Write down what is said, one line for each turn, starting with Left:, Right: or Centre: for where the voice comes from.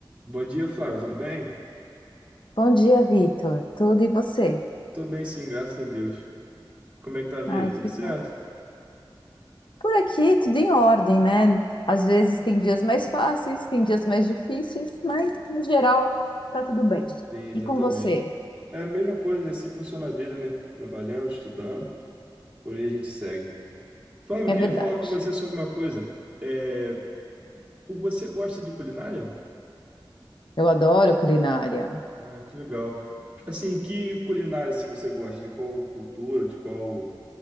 Right: Bom dia, Flávio, tudo bem?
Left: Bom dia, Vitor. Tudo e você?
Right: Tô bem sim, graças a Deus. Como é que tá a vida?
Left: Ai,
Right: Tudo
Left: que
Right: certo?
Left: bom. Por aqui, tudo em ordem, né? Às vezes tem dias mais fáceis, tem dias mais difíceis, mas no geral tá tudo bem.
Right: Sim, exatamente.
Left: E com você?
Right: É a mesma coisa, assim funciona a vida, né? Trabalhando, estudando, por aí a gente segue. Flávio,
Left: É
Right: eu queria
Left: verdade.
Right: falar com você sobre uma coisa. É, o- você gosta de culinária?
Left: Eu adoro culinária.
Right: Ah, que legal. Assim, que culinária assim, você gosta? De qual cultura, de qual,